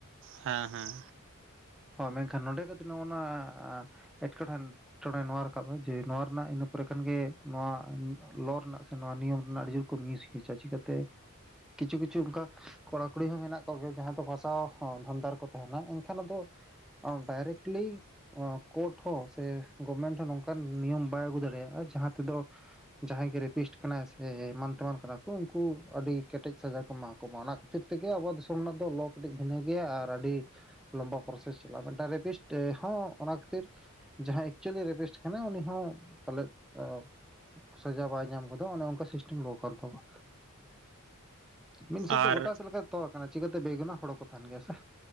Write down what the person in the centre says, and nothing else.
ᱦᱚᱭ ᱢᱮᱱᱠᱷᱟᱱ ᱱᱚᱸᱰᱮ ᱠᱟᱹ <unintelligible> ᱱᱚᱜᱼᱚᱱᱟ ᱟᱻᱮᱴᱠᱮᱴᱚᱬᱮ ᱴᱷᱮᱱᱼᱼ ᱴᱚᱬᱮ ᱱᱚᱣᱟ ᱨᱟᱠᱟᱵ ᱟ ᱡᱮ ᱱᱚᱣᱟ ᱨᱮᱱᱟᱜ ᱤᱱᱟᱹ ᱯᱚᱨᱮ ᱠᱷᱟᱱ ᱜᱮ ᱱᱚᱣᱟ ᱞᱚ ᱨᱮᱱᱟᱜ ᱥᱮ ᱱᱚᱣᱟ ᱱᱤᱭᱚᱢ ᱨᱮᱱᱟᱜ ᱟᱹᱰᱤ ᱡᱩᱨᱼᱼ ᱠᱩ ᱢᱤᱥ ᱠᱤᱪᱟ ᱪᱤᱠᱟᱛᱮ᱾ ᱠᱤᱪᱷᱩ ᱠᱤᱪᱷᱩ ᱚᱱᱠᱟ ᱠᱚᱲᱟ ᱠᱩᱲᱤ ᱦᱚᱸ ᱢᱮᱱᱟᱜ ᱠᱚᱜᱮ ᱡᱟᱦᱟᱸᱭ ᱫᱚ ᱯᱷᱟᱸᱥᱟᱣ ᱥᱟᱶ ᱫᱷᱚᱱᱫᱟ ᱨᱮ ᱠᱚ ᱛᱟᱦᱮᱱᱟ ᱮᱱᱠᱷᱟᱱ ᱟᱫᱚ ᱚᱸᱻ ᱰᱟᱭᱨᱮᱠᱴᱤᱞᱤᱼᱼ ᱚᱸᱻ ᱠᱳᱨᱴ ᱦᱚᱸ ᱥᱮ ᱜᱚᱵᱷᱢᱮᱱᱴ ᱦᱚᱸ ᱱᱚᱝᱠᱟᱱ ᱱᱤᱭᱚᱢ ᱵᱟᱭ ᱟᱹᱜᱩ ᱫᱟᱲᱮᱭᱟᱜ-ᱟ ᱡᱟᱦᱟᱸ ᱛᱮᱫᱚᱼᱼ ᱡᱟᱦᱟᱸᱭ ᱜᱮ ᱨᱮᱯᱤᱥᱴ ᱠᱟᱱᱟᱭ ᱥᱮ ᱮᱢᱟᱱ ᱛᱮᱢᱟᱱ ᱠᱟᱱᱟ ᱠᱚ ᱩᱱᱠᱩ ᱟᱹᱰᱤᱼᱼ ᱠᱮᱴᱮᱡ ᱥᱟᱡᱟ ᱠᱚ ᱮᱢᱟ ᱠᱚᱢᱟ ᱚᱱᱟ ᱠᱷᱟᱹᱛᱤᱨ ᱛᱮᱜᱮ ᱟᱵᱚ ᱫᱤᱥᱚᱢ ᱨᱮᱱᱟᱜ ᱫᱚ ᱞᱚ ᱠᱟᱹᱴᱤᱡ ᱵᱷᱤᱱᱟᱹ ᱜᱮᱭᱟ ᱟᱨ ᱟᱹᱰᱤᱼᱼ ᱞᱚᱢᱵᱟ ᱯᱨᱚᱥᱮᱥ ᱪᱟᱞᱟᱜ-ᱟ ᱢᱤᱫᱴᱟᱝ ᱨᱮᱯᱤᱥᱴ ᱦᱚᱸ ᱚᱱᱟ ᱠᱷᱟᱹᱛᱤᱨᱼᱼ ᱡᱟᱦᱟᱸᱭ ᱮᱠᱪᱩᱞᱤ ᱨᱮᱯᱤᱥᱴ ᱠᱟᱱᱟ ᱩᱱᱤ ᱦᱚᱸ ᱯᱟᱞᱮᱫ ᱚᱻᱼᱼ ᱥᱟᱡᱟ ᱵᱟᱭ ᱧᱟᱢ ᱜᱚᱫᱟ ᱚᱱᱮ ᱚᱱᱠᱟ ᱥᱤᱥᱴᱮᱢ ᱞᱚ ᱠᱟᱱ ᱛᱟᱵᱚᱣᱟ᱾ ᱢᱤᱫ ᱦᱤᱥᱟᱹᱵᱽ
ᱫᱚ ᱜᱚᱴᱟ ᱥᱮᱫ ᱞᱮᱠᱟ ᱛᱚ ᱟᱠᱟᱱᱟ ᱪᱤᱠᱟᱹ ᱛᱮ ᱵᱮ ᱜᱩᱱᱟ ᱦᱚᱲ ᱠᱚ ᱛᱟᱦᱮᱱ ᱜᱮᱭᱟ ᱥᱮ᱾